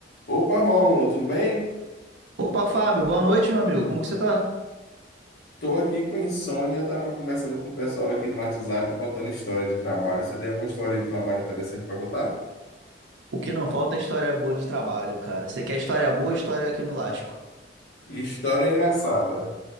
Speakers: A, on the left; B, on the right.
A: Opa, Rômulo, tudo bem?
B: Opa, Fábio, boa noite, meu amigo. Como que você tá?
A: Tô aqui com insônia, tava conversando com o pessoal aqui no WhatsApp contando história de trabalho. Você tem alguma história de trabalho interessante para contar?
B: O que não falta é história boa de trabalho, cara. Você quer história boa, história que eu me lasco.
A: História engraçada.